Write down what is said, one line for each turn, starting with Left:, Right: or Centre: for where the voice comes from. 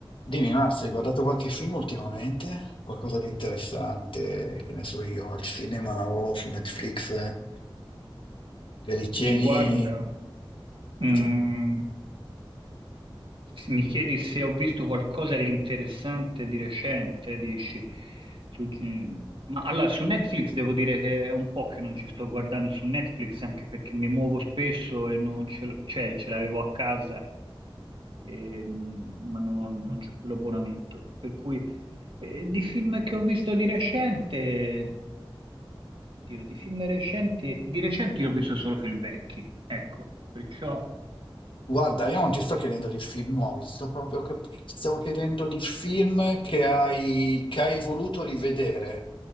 Left: Dimmi, Marzia, hai guardato qualche film ultimamente? Qualcosa di interessante, che ne so io, al cinema o su Netflix, eh? che ritieni...
Right: Guarda, mm,
Left: di-
Right: mi chiedi se ho visto qualcosa di interessante di recente, dici, su- ma allora su Netflix devo dire che è un po' che non ci sto guardando su Netflix, anche perché mi muovo spesso e non ce l'ho, cioè ce l'avevo a casa, ehm, ma non, non c'ho più l'abbonamento. Per cui eh, di film che ho visto di recente, Dio, di film recenti, di recente io ho visto solo film vecchi, ecco, perciò...
Left: Guarda, io
Right: eh,
Left: non ti sto chiedendo di film nuovi, sto proprio che- ti stavo chiedendo di film che hai... che hai voluto rivedere,